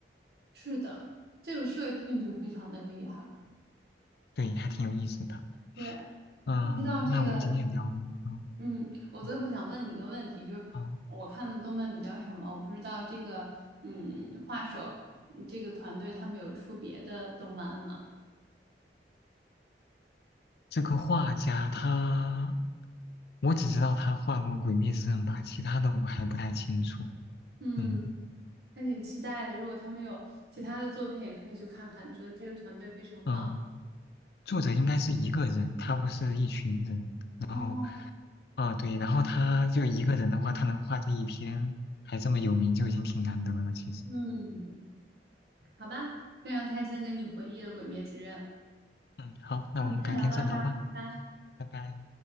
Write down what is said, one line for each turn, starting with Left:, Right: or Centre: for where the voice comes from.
Right: 是的，这个设定就非常的厉害。
Left: 对，还挺有意思的。
Right: 对，
Left: 嗯，
Right: 不知道这个，
Left: 那我们今天聊的，嗯
Right: 嗯，我最后想问你一个问题，
Left: 哦
Right: 就是我看的动漫比较少嘛，
Left: 哦，
Right: 我不知道这个，嗯，画手嗯这个团队他们有出别的动漫吗？
Left: 这个画家他，我只知道他画过《鬼灭之刃》吧，其他的我还不太清楚。
Right: 嗯，
Left: 嗯
Right: 还挺期待的。如果他们有其他的作品，也可以去看看，觉得这个团队非常棒。
Left: 嗯。作者应该是一个人，他不是一群人。
Right: 哦，
Left: 然后，啊、对，然后他就一个人的话，他能画这一篇，还这么有名，就已经挺难得了。其实，
Right: 嗯，好吧，非常开心跟你回忆了《鬼灭之刃》，
Left: 嗯，好，那我们改天再聊吧，
Right: 那我们先聊到这儿，拜拜。
Left: 拜拜。